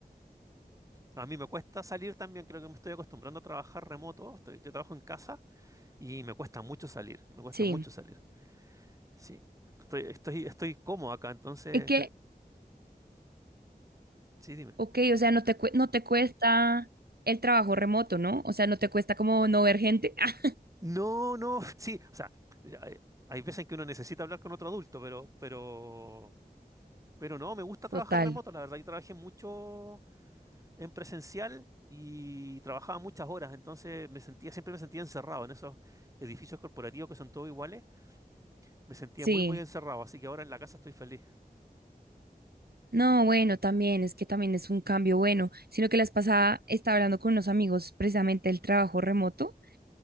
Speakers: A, on the right; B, on the right.
A: A mí me cuesta salir también, creo que me estoy acostumbrando a trabajar remoto. Estoy- yo trabajo en casa Y me cuesta mucho salir, me cuesta
B: Sí,
A: mucho salir. Sí, estoy, estoy, estoy cómodo acá, entonces,
B: es que,
A: sí, dime.
B: ok, o sea, no te, cue- no te cuesta el trabajo remoto, ¿no? O sea, no te cuesta como no ver gente. <laughs>
A: No, no, <laughs> sí, o sea, hay, hay veces en que uno necesita hablar con otro adulto, pero, pero, pero no, me gusta trabajar
B: Total,
A: remoto, la verdad, yo trabajé mucho en presencial y trabajaba muchas horas, entonces me sentía, siempre me sentía encerrado en esos edificios corporativos que son todos iguales, me sentía
B: sí.
A: muy, muy encerrado, así que ahora en la casa estoy feliz.
B: No, bueno, también, es que también es un cambio bueno, sino que las pasada estaba hablando con unos amigos precisamente del trabajo remoto